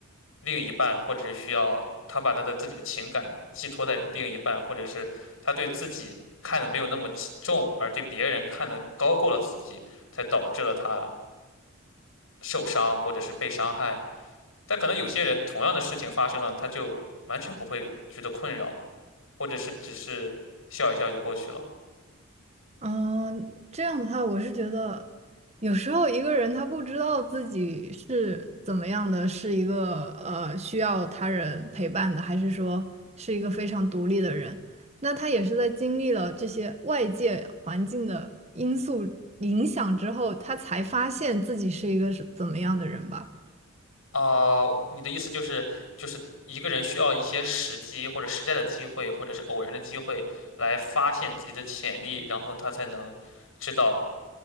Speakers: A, on the left; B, on the right.
A: 另一半，或者是需要他把他的自己的情感寄托在另一半，或者是他对自己看的没有那么起重，而对别人看的高过了自己，才导致了他受伤或者是被伤害。但可能有些人同样的事情发生了，他就完全不会觉得困扰，或者是只是笑一笑就过去了。
B: 嗯，这样的话，我是觉得，有时候一个人他不知道自己是怎么样的，是一个呃需要他人陪伴的，还是说是一个非常独立的人，那他也是在经历了这些外界环境的因素影响之后，他才发现自己是一个是怎么样的人吧。
A: 哦，你的意思就是，就是一个人需要一些时机或者时代的机会，或者是偶然的机会来发现自己的潜力，然后他才能知道